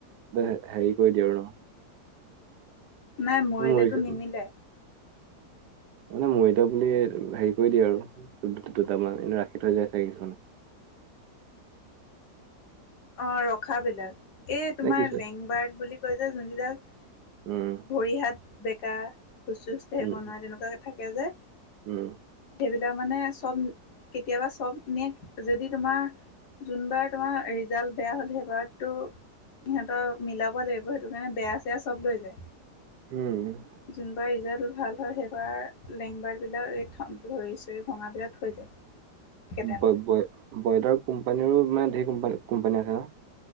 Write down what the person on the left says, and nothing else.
নাই মৰিলেতো
নিমিলে
অ ৰখাবিলাক এই
তোমাৰ
লেংবাৰ্ড বুলি কয় যে যোনবিলাক
ভৰি হাত বেকা খোজ চোজ কাঢ়িব
নোৱাৰে তেনেকুৱা থাকে যে
সেইবিলাক মানে চব কেতিয়াবা চব নিয়ে যদি তোমাৰ যোনবাৰ তোমাৰ ৰিজাল্ট বেয়া হল সেইবাৰতো সিহঁতৰ মিলাব লাগিব সেইটো কাৰণে বেয়া চেয়া চব লৈ যায়
যোনবাৰ ৰিজাল্ট ভাল হয় সেইবাৰ লেংবাৰবিলাক এই ভৰি চৰি ভঙাবিলাক থৈ যায় কেইটামান